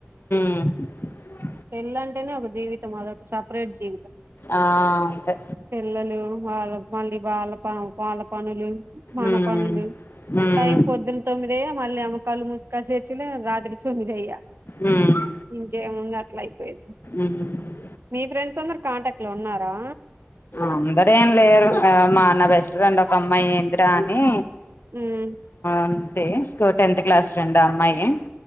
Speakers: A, on the left; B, on the right.
A: అ
B: పెల్ంటేనే ఒక జీవిత మ అదొక సపరేట్ జీవితం
A: ఆ అంతే
B: పిల్లలు వాళ్ళ మళ్ళీ వాల ప వాల పనులు మన
A: ఉమ్
B: పనులు
A: ఉమ్
B: టైం పొద్దున్న తొమ్మిదే మళ్ళీ అమ్మకాళ్లుు ముసుకా చేసి రాత్రి తొమ్మి అయ్యా
A: ఉమ్
B: ఇంకేముంది అట్లయి యి
A: ఉమ్
B: మీ ఫ్రెండ్స్ అందరు కాంటాక్ట్ లో ఉన్నారా
A: అందర ఏం లేరు మా నా బెస్ట్ ఫ్రెండ్ ఒక అమ్మాయి ఇందిరా అని
B: ఉమ్
A: అంతే స్కూ టెన్త్ క్లాస్ ర్రెం అమ్మాయి